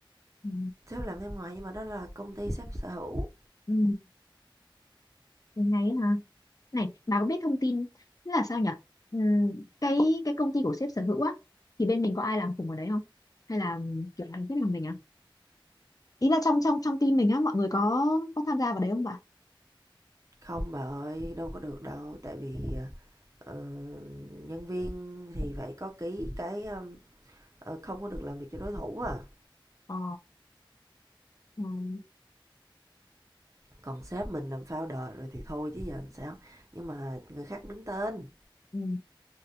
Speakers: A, on the left (about 45°); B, on the right (about 35°).
A: ừ
B: sếp làm thêm ngoài nhưng mà đó là công ty sếp sở hữu.
A: ừ thế ngay á hả này bà có biết thông tin tức là sao nhỉ ừ, cái cái công ty của sếp sở hữu á thì bên mình có ai làm cùng ở đấy không hay là kiểu ai biết làm mình à ý là trong trong trong team mình á mọi người có có tham gia vào đấy không bà
B: Không bà ơi, đâu có được đâu, tại vì ờ, nhân viên thì phải có ký cái um, ờ, không có được làm việc cho đối thủ à.
A: ờ ừ
B: Còn sếp mình làm founder rồi thì thôi chứ giờ làm sao. Nhưng mà người khác đứng tên.
A: ừ